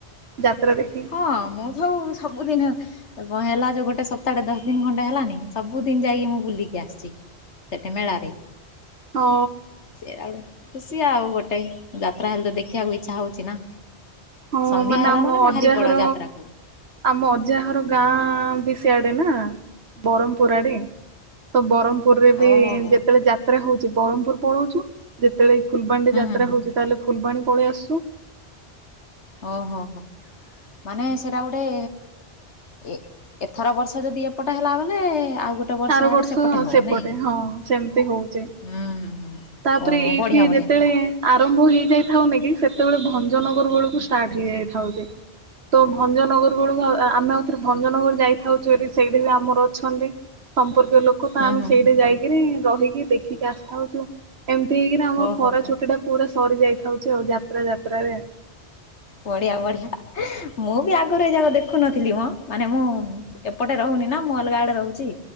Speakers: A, on the right; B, on the left.
A: ଯାତ୍ରା ଦେଖି।
B: ହଁ ମୁଁ ତ ଆଉ ସବୁଦିନେ ହେଲା ଯୋଉ ଗୋଟେ ସପ୍ତାହଟେ ଦଶ ଦିନ ଖଣ୍ଡେ ହେଲାନି ସବୁ ଦିନ ଯାଇକି ମୁଁ ବୁଲିକି ଆସିଚି। ସେଠେ ମେଳାରେ।
A: ହଁ
B: ସେଇଟା ଗୋଟେ ଖୁସି ଆଉ ଗୋଟେ ଯାତ୍ରା ହେଲେ ତ ଦେଖିବାକୁ ଇଚ୍ଛା ହଉଚି ନା।
A: ହଁ
B: ସନ୍ଧ୍ୟା ହେଲା
A: ଆମ
B: ମାନେ ବାହାରି
A: ଅଜାଘର
B: ପଡ ଯାତ୍ରା କୁ।
A: ଆମ ଅଜା ହର ଗାଁ ବି ସିଆଡେ ନା ବ୍ରହ୍ମପୁର ଆଡେ। ତ ବ୍ରହ୍ମପୁରରେ ବି
B: ଓହୋ ହୋ
A: ଯେତେବେଳେ ଯାତ୍ରା ହଉଚି ବ୍ରହ୍ମପୁର ପଳଉଚୁ ଯେତେବେଳେ ଫୁଲବାଣୀରେ
B: ହୁଁ
A: ଯାତ୍ରା
B: ହୁଁ ହୁଁ।
A: ହଉଛି ତାହେଲେ ଫୁଲବାଣୀ ପଳେଇ ଆସୁ।
B: ଓହୋ ହୋ ମାନେ ସେଟା ଗୋଟେ। ଇ ଏଥର ବର୍ଷ ଯଦି ଏପଟେ ହେଲା ବଲେ ଆଉ ଗୋଟେ
A: ତା ଆର
B: ଆଡେ
A: ବର୍ଷ
B: ସେପଟେ ହବ
A: ସେପଟେ
B: ନାଇଁ କି?
A: ହଁ ସେମିତି ହଉଛି।
B: ହୁଁ ହୁଁ ହୁଁ।
A: ତାପରେ
B: ଓ
A: ଏଇଠେ
B: ବଢିଆ ବଢିଆ
A: ଯେତେବେଳେ ଆରମ୍ଭ ହେଇ ଯାଇଥାଉନ କି ସେତେବେଳେ ଭଞ୍ଜନଗର ବୁଳୁକୁ ଷ୍ଟାର୍ଟ ହେଇଯାଇଥାଉ ଯେ। ତ ଭଞ୍ଜନଗର ବେଳକୁ ଆମେ ଆଉଥରେ ଭଞ୍ଜନଗର ଯାଇଥାଉଛୁ <unintelligible> ସେଇଠି ବି ଆମର ଅଛନ୍ତି। ସମ୍ପର୍କୀୟ ଲୋକ। ଲୋକ ତ
B: ହୁଁ
A: ଆମେ
B: ହୁଁ
A: ସେଇଠି ଯାଇକିରି ରହିକି ଦେଖିକି ଆସିଥାଉଛୁ ଏମିତି ହେଇକିରି ଆମର
B: ଓ
A: ଖରା
B: ହୋ ହୋ
A: ଛୁଟିଟା ପୁରା ସରି ଯାଇଥାଉଛି ଆଉ ଯାତ୍ରା ଯାତ୍ରାରେ।
B: ବଢିଆ ବଢିଆ। ମୁଁ ବି ଆଗରୁ ଏ ଯାକ ଦେଖୁନଥିଲି ମଁ ମାନେ ମୁଁ ଏପଟେ ରହୁନି ନା ମୁଁ ଅଲଗା ଆଡେ ରହୁଛି।